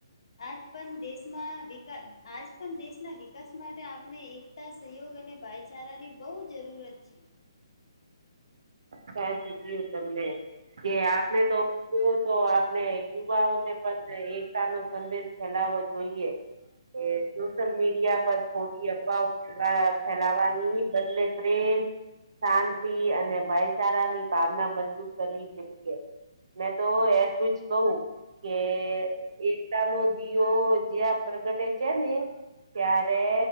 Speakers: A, on the left; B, on the right.
A: આજ પણ દેશમાં વિકાસ આજ પણ દેશના વિકાસ માટે આપણે એકતા સહયોગ અને ભાઈચારાની બહુ જરૂરત છે.
B: સા શું કયું તમને કે આપને તો એવ તો આપણે યુવાઓ ને પણ એકતા નો સંદેશ ફેલાવવો જોઈએ. એ સોશલ મીડિયા પર ખોટી અફવાઓ ફેલાવાની બદલે પ્રેમ શાંતિ અને ભાઈ સારાની ભાવના મજબૂત કરવી જોઈએ મેં તો એટલું જ કહું. કે એકતા નો દિયો જ્યાં પ્રગટે છે ને ત્યારે